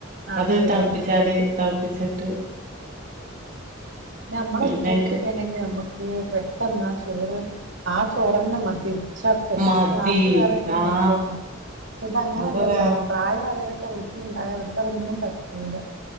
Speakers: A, on the right; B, on the right.
A: ആ
B: അത്
A: ശരിയാണ്
B: തള്പ്പിച്ചാല് തളപ്പിച്ചിട്ട്
A: നമ്മള്
B: പിന്നെ
A: ഒറ്റക്കൊക്കേണെങ്കി
B: അയ്ക്ക്
A: നമ്മുക്ക് പറ്റ് പെട്ടെന്ന ആ ചോറ് ആ ചോറന്നെ മതി ഇട്സ് ഒക്കെ
B: മതി
A: ഇത് രാത്രി വേറേയ്ക്കെ
B: ആഹ്
A: നോക്കിയാൽ മതി ഫുഡ്‌ അങ്ങനെല്ലല്ലോ
B: അത് വേറെ
A: പ്രായ ആയവരെക്ക്‌ വീട്ടില് ഉണ്ടായ അവർക്ക് അതൊന്നും പറ്റൂല